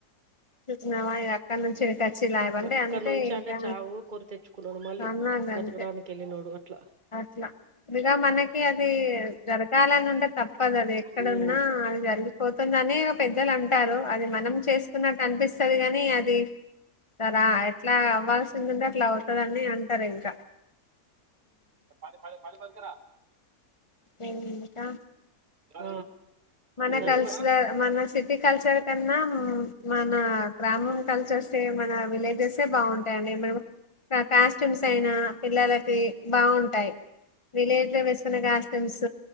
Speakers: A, on the left; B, on the right.
A: చూసినవనీ అక్కడి నుండి ఇట్ సిలాయ వంటే
B: అక్కడ
A: అంతే
B: నుంచి
A: ఇంకా,
B: అంటే చావు కోరి తెచ్చుకున్నాడు మళ్ళీ
A: నమ్మాలి
B: బతకడానికి
A: అంతే
B: వెళ్ళినోడు అట్లా
A: అట్లా. ఇగా మనకి అది జరగాలని ఉంటే తప్పదు అది ఎక్కడున్నా
B: ఉమ్
A: జరిగిపోతుంద్ నేనొ పెద్దలు అంటారు, అది మనం చేస్ అన్పిస్తది కనీ, అది కదా, ఎట్ల అవ్వాల్సిందుంటే అట్ల అవ్ వస్తుదని అంటారు ఇంకా
B: పాడి ప పాడి పడుకరా
A: ఇంకా
B: ఆ
A: మన
B: కానీ
A: కల్స
B: మ
A: మన సిటీ కల్చర్ కన్నా మన గ్రామం కల్చర్స్ ఏ మన విలేజెస్ ఏ బాగుంటాయిండి మన కాస్ట్యూమ్స్ అయినా పిల్లలకి బాగుంటాయి విలేజ్ లో వేసుకునే కాస్ట్యూమ్స్